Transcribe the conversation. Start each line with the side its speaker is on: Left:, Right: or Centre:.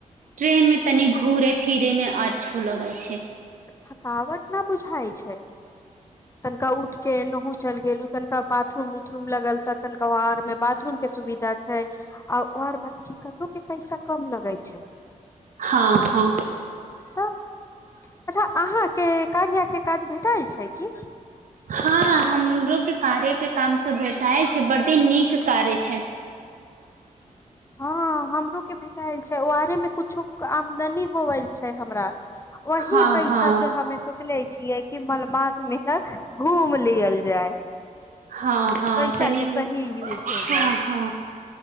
Right: ट्रेन मे तनी घूरे फिरे मे आ अच्छो लगै छै।
Left: थकावट न बुझाइ छै तनिका उठ के नहु चलि गेलू तनिका बाथरूम उथरूम लगल तऽ तनिका ओ आर मे बाथरूम के सुविधा छै आ। आऔर बचिकनो के पैसा कम लगे छै
Right: हँ हँ
Left: त। अच्छा अहाँके कार्यके काज भेटल छै की?
Right: हँ हमरो के कार्यके काम तऽ भेटाय छै बड्ड। एते नीक कार्य छै।
Left: हँ हमरो के भेटाल छै ओआरे में कुछो आमदनी होवल छै हमरा। वही
Right: हँ
Left: पैसा
Right: हँ
Left: से हमे सोचले छियै कि मलमास मे ह। घूम लियल। जाय
Right: हँ हँ
Left: पैसा
Right: तनी
Left: के
Right: हँ
Left: सही यूज हो जाय
Right: हँ